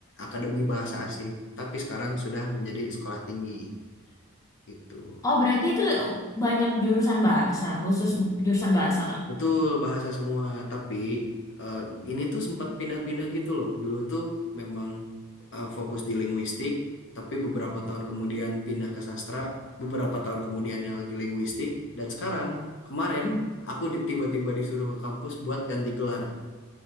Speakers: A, on the left; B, on the left.
A: Akademi Bahasa Asing, tapi sekarang sudah menjadi sekolah tinggi. gitu.
B: Oh, berarti itu banyak jurusan bahasa, khusus
A: Bet-
B: jurusan bahasa, Kak.
A: Betul bahasa semua, tapi eh, ini tuh sempat pindah-pindah gitu loh. Dulu tuh memang eh, fokus di linguistik, tapi beberapa tahun kemudian pindah ke sastra, beberapa tahun kemudiannya lagi linguistik, dan sekarang kemarin
B: Hmm.
A: aku di- tiba-tiba disuruh ke kampus buat ganti gelar.